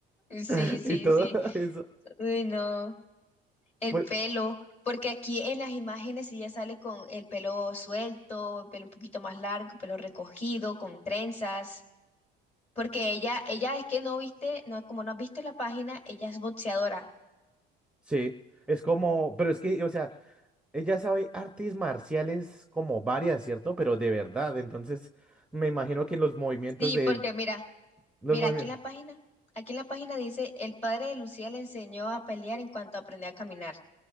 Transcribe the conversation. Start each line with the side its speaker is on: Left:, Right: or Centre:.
Left: sí,
Centre: <laughs>
Left: sí,
Centre: y todo
Left: sí.
Centre: eso.
Left: Uy, no. El
Centre: pues,
Left: pelo, porque aquí en las imágenes ella sale con el pelo suelto, el pelo un poquito más largo, pelo recogido, con trenzas. Porque ella, ella es que no viste, no, como no has visto la página, ella es boxeadora.
Centre: Sí, es como, pero es que, o sea, ella sabe artes marciales como varias, ¿cierto? Pero de verdad, entonces me imagino que los movimientos
Left: Sí,
Centre: de
Left: porque mira,
Centre: los
Left: mira,
Centre: movimientos.
Left: aquí en la página, aquí en la página dice, el padre de Lucía le enseñó a pelear en cuanto aprendió a caminar.